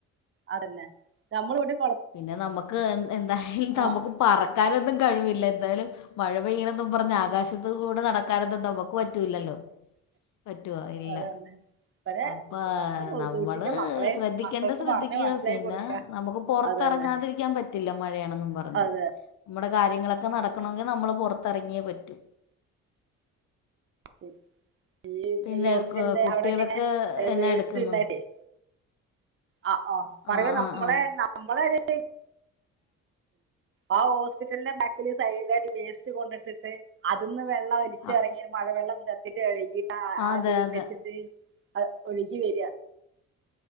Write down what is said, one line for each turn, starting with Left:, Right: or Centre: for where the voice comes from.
Right: അതന്നെ നമ്മളോട്-
Left: പിന്നെ നമുക്ക് എന്തായാലും
Right: ആഹ്
Left: നമുക്ക് പറക്കാനൊന്നും കഴിവില്ല എന്തായാലും മഴ പെയ്യുന്നതും പറഞ്ഞ ആകാശത്ത് കൂടെ നടക്കാനൊന്നും നമുക്ക് പറ്റൂല്ലല്ലോ. പറ്റുവോ ഇല്ല.
Right: അതന്നെ ഇവരെ
Left: അപ്പ
Right: നമ്മള്
Left: നമ്മള്
Right: സൂക്ഷിക്ക മക്കളെ
Left: ശ്രദ്ധിക്കണ്ട
Right: മക്കൾക്ക്
Left: ശ്രദ്ധിക്കുക
Right: പറഞ്ഞ് മനസ്സിലാക്കി
Left: പിന്നെ
Right: കൊടുക്ക
Left: നമുക്ക് പോ. പുറത്തിറങ്ങാതിരിക്കാൻ
Right: അതന്നെ
Left: പറ്റില്ല മഴയാണെന്നും പറഞ്ഞ്
Right: അതെ
Left: നമ്മുടെ കാര്യങ്ങളൊക്കെ നടക്കണമെങ്കിൽ നമ്മൾ പുറ- ത്തിറങ്ങിയേ പറ്റൂ.
Right: ശരി
Left: പിന്നെ
Right: ഈ ഹോസ്റ്റലിന്റെ
Left: കു- കുട്ടികളൊക്കെ
Right: അവിടൊക്കെ ഇങ്ങനെ
Left: എന്നാ
Right: വേസ്റ്റ്
Left: എടുക്കുന്നു
Right: ണ്ടായിട്ടേ- ആ ഓ പറയോ
Left: ആ
Right: നമ്മളെ
Left: ആ ആ
Right: നമ്മള ഒരു- ആ ഹോസ്പിറ്റലിന്റെ ബാക്കില് സൈഡിലായിട്ട് വേസ്റ്റ് കൊണ്ടിട്ടിട്ട് അതൊന്ന് വെള്ളം ഒലിച്ച്
Left: ആ,
Right: ഇറങ്ങി മഴവെള്ളം ഇ ചത്തിട്ട് കഴങ്ങിട്ട്
Left: അതെ
Right: ആ തീർന്ന
Left: അതെ
Right: വച്ചിട്ട്- അ ഒഴുകി വരാ-